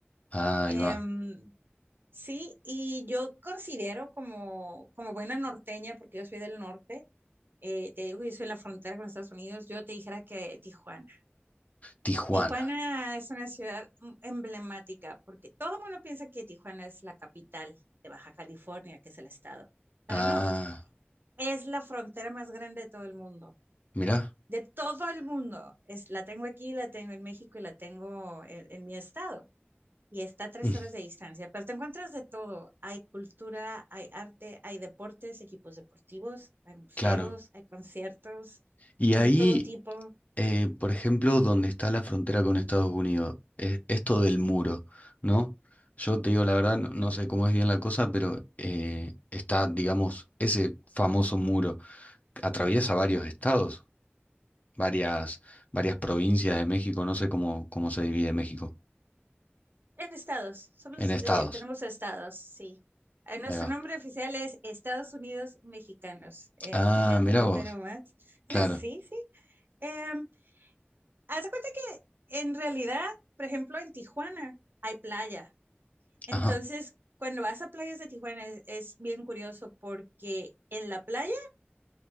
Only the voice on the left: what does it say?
Ah,
ahí va.
Tijuana.
Ah,
mirá.
Mm,
Claro.
Y
ahí,
eh, por ejemplo, donde está la frontera con Estados Unidos, e- esto del muro, ¿no? Yo te digo la verdad, no, no sé cómo es bien la cosa, pero eh, está, digamos, ese famoso muro. Atraviesa varios estados, varias, varias provincias de México, no sé cómo, cómo se divide México.
En estados.
Ahí va.
Ah,
mirá vos.
Claro.
Ajá.